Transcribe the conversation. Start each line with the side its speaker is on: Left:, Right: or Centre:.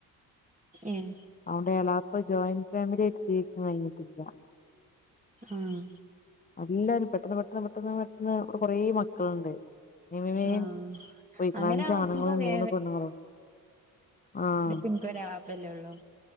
Right: ഏഹ്
Left: അതുകൊണ്ട് എളാപ്പ ജോയിന്റ് ഫാമിലായിട്ട് ജീവിക്കാൻ കഴിഞ്ഞിട്ടി ല്ല
Right: ആഹ്
Left: എല്ലാരും പെട്ടെന്ന് പെട്ടെന്ന് പെട്ടെന്ന് പെട്ടന്ന് ഇവിടെ കൊറെ മക്കളുണ്ട് <unintelligible>
Right: ആഹ് അങ്ങനെ
Left: അഞ്ജണുങ്ങളും
Right: ആവുമ്പോ വേ
Left: മൂന്ന് പെണ്ണുങ്ങളും ആഹ്
Right: ഇത്പ്പനിക്ക് ഒരാളപ്പല്ലേ ഉള്ളൂ